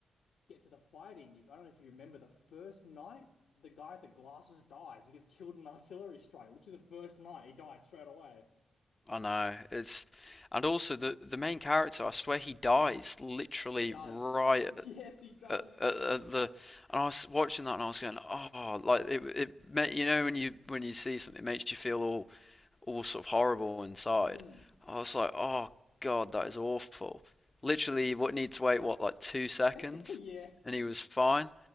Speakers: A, on the left; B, on the left.
A: get to the fighting, if I don't know if you remember the first night, the guy with the glasses dies. He gets killed in an artillery strike. Literally the first night, he died straight away.
B: I know. It's and also the the main character. I swear he dies literally
A: He does.
B: right
A: <laughs>
B: at,
A: Yes, he does.
B: at, at the. And I was watching that and I was going, oh, like it it made you know when you when you see something it makes you feel all all sort of horrible inside.
A: Mm.
B: I was like, oh god, that is awful. Literally, what need to wait what like two seconds,
A: <laughs> Yeah.
B: and he was fine.